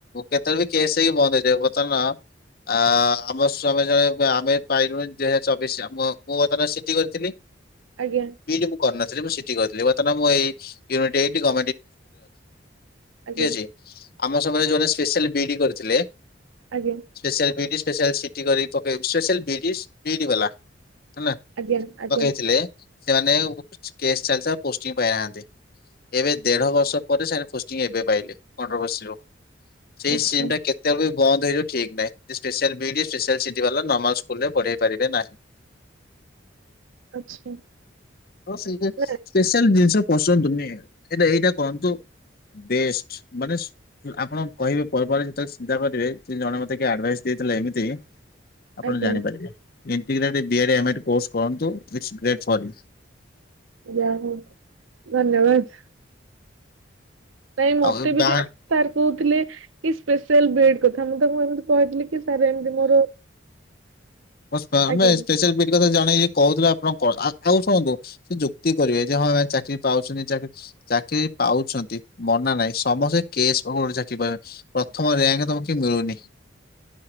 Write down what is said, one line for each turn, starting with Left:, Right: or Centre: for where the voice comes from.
Left: କେତେବେଳେ ବି କେସ୍ ହେଇକି ବନ୍ଦ ହେଇଯିବ ପଚାରୁନ ଆ ଆମ ସ୍ୱାମୀ ଜଣେ ଆମେ ପାଇଲୁ ଦୁଇ ହଜାର ଚବିଶୀ ଆମେ ମୁଁ ବର୍ତ୍ତମାନ ସିଠି କରିଥିଲି।
Right: ଆଜ୍ଞା।
Left: ବିଡି ମୁଁ କରିନଥିଲି ମୁଁ ସିିଟି କହିଥିଲି ବର୍ତ୍ତମାନ ମୁଁ ଏଇ <inaudible> ଅଛି। ଠିକ
Right: ଆଜ୍ଞା
Left: ଅଛି ଆମ ସମୟରେ ଯୋମନେ ସ୍ପେଶାଆଲ ବିଡି କରିଥିଲେ
Right: ଆଜ୍ଞା।
Left: ସ୍ପେଶାଲ ବିଡି ସ୍ପେଶାଲ ସିଟି କରି ପକେଇବ ସ୍ପେଶାଲ ବିଡି ବିଡି ବାଲା ହେନା
Right: ଆଜ୍ଞା ଆଜ୍ଞା
Left: ପକେଇଥିଲେ ସେମାନେ କେସ୍ ଚାଲିଥିଲା ପୋଷ୍ଟିଂ ପାଇନାହାନ୍ତି। ଏବେ ଦେଢ ବର୍ଷ ପରେ ସେ ପୋଷ୍ଟିଙ୍ଗ ଏବେ ପାଇଲେ <unintelligible> ଯୋଉ ସେ
Right: ଆଚ୍ଛା
Left: ସିନ୍ ଟା କେ କେତେ ବି ବନ୍ଦ ହେଇ ଠିକ ନାହିଁ ଯେ ନର୍ମାଲ ବିଇଡି ନର୍ମାଲ ସିଟି ବାଲା ନର୍ମାଲ ସ୍କୁଲ୍ ରେ ପଢେଇ ପାରିବେ ନାହିଁ।
Right: ଆଚ୍ଛା
Left: ହ ସେଇଟା
Right: ନା
Left: ସ୍ପେଶାଲ ଜିନିଷ ପସନ୍ତ ନୁହେଁ। ହେଲେ ଏଇଟା କରନ୍ତୁ ବେଷ୍ଟ ମାନେ ଆପଣ କହିବେ ପରେ ପରେ ଯେତେବେଳେ ଚିନ୍ତା କରିବେ ସେ ଜଣେ ମତେ କିଏ ଆଡଭାଇସ ଦେଇଥିଲେ ଏମିତି ଆପଣ
Right: ଆଜ୍ଞା
Left: ଜାଣିପାରିବେ integrated D A ଡ୍, M A D course କରନ୍ତୁ। If great for you.
Right: ଯା ହଉ ଧନ୍ୟବାଦ। ନାଇଁ ମତେ
Left: ଆଉ ଏ
Right: ବି
Left: ବାହା
Right: ଜଣେ ସାର୍ କହୁଥିଲେ କି ସ୍ପେଶାଲ ବି ଏ ଡ କଥା ମୁଁ ତାକୁ ଏମତି କହିଥିଲି କି ସାର୍ ଏମତି ମୋର
Left: ସ୍ପା ଆମେ
Right: ଆଜ୍ଞା
Left: ସ୍ପେଶାଲ ବିଡ୍ କଥା ଜଣେଇକି କହୁଥିଲା ଆପଣ କଣ ଆଉ ଶୁଣନ୍ତୁ ସେ ଯୁକ୍ତି କରିବେ ଯେ ହଁ ଏମାନେ ଚାକିରି ପାଉୁଚନ୍ତି ଚାକିରି ଚାକିରି ପାଉଛନ୍ତି ମନା ନାଇଁ ସମସ୍ତେ କେସ୍ <inaudible> ଚାକିରି ପାଏ। ପ୍ରଥମ ରାୟଙ୍କ ତମ କୁ କିନ୍ତୀ ମିଳୁନି?